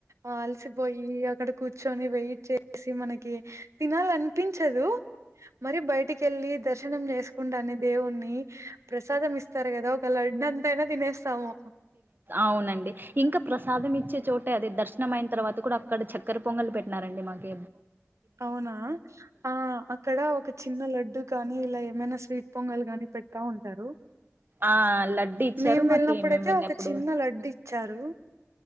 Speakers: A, on the right (about 85°); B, on the right (about 45°).
A: ఆ అలసిపోయి అక్కడ కూర్చొని వెయిట్ చేసి మనకి తినాలని పించదు మరి బయటికి కెళ్ళి దర్శనం చేసుకుంటడానే దేవుని ప్రసాదం ఇస్తారు గదా ఒక లడ్డు అంతయినా తినేస్తాము
B: అవునండి ఇంక ప్రసాదం ఇచ్చే చోటు అంటే అదే దర్శనం అయిన తర్వాత కూడా అక్కడ చెక్కెరి పొంగలు పెట్టినారండి మాకీ
A: అవునా ఆ అక్కడ ఒక చిన్న లడ్డు కానీ ఇలా ఏమైనా స్వీట్ పొంగలు కాని పెడుతా ఉంటారు
B: ఆ లడ్డు ఇచ్చారు
A: మేం
B: మాకి
A: వెళ్ళినప్పుడైతే
B: మేము వెళ్ళినప్పుడు
A: ఒక చిన్న లడ్డు ఇచ్చారు